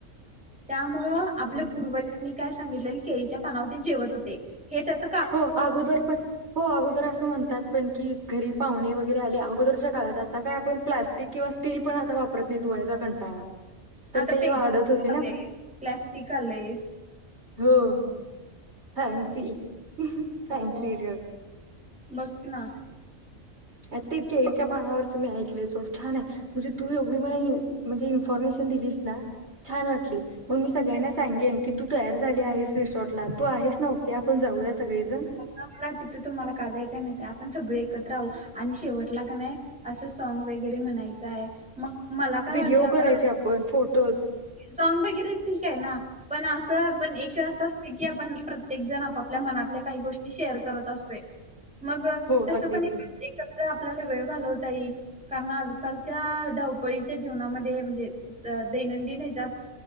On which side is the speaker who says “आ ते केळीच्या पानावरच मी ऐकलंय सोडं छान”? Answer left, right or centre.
Right